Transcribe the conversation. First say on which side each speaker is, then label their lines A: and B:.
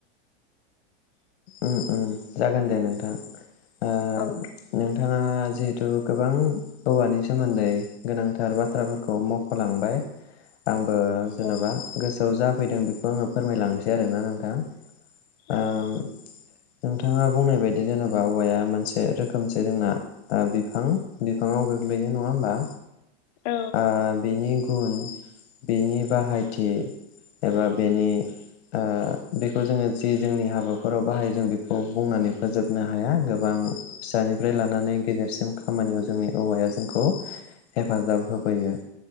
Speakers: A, on the left; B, on the left.
A: उम उम। जागोन दे नोंथां। ओ
B: औ।
A: नोंथाङा ओ जिहेथु गोबां औवानि सोमोन्दै गोनांथार बाथ्राफोरखौ मख'लांबाय। आंबो जेन'बा
B: औ
A: गोसोआव जाफैदों बेखौ आङो फोरमायलांनोसै आरोना नोंथां। ओम
B: औ।
A: नोंथाङा बुंनाय बायदि जेन'बा औवाया मोनसे रोखोमसे जोंना ओ बिफां, बिफाङाव गोग्लैयो नङा होमबा?
B: औ
A: ओ बेनि गुन बेनि बाहायथि एबा बेनि ओ बेखौ जोङो जि जोंनि हाबाफोराव बाहायो जों बेखौ बुंनानै फोजोबनो हाया गोबां फिसानिफ्राय लानानै गेदेरसिम खामानियाव जोंनि औवाया जोंखौ हेफाजाब होबोयो।